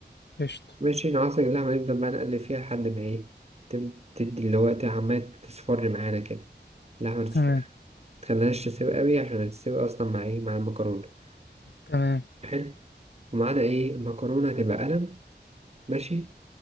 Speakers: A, on the left; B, on the right.
A: قشطة
B: ماشي نعصر اللحمة نفضل بقى نقلب فيها لحد ما ايه تب- تدي اللي هو إيه عمالة تصفر معانا كده اللحمة تصفر
A: تمام
B: متخليهاش تسيب قوي عشان تسيب أصلا مع ايه مع المكرونة
A: تمام
B: حلو ومعانا ايه المكرونة هتبقى قلم ماشي